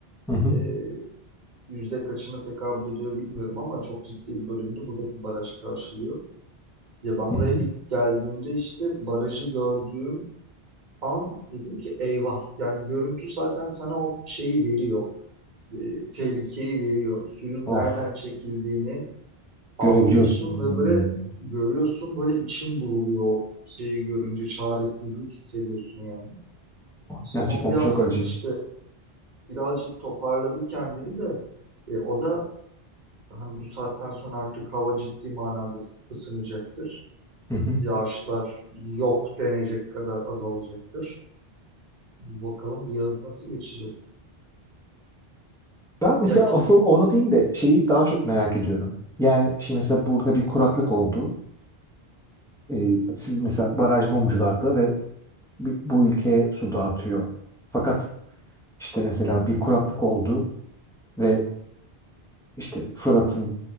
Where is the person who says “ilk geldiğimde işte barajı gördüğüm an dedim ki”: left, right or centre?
Right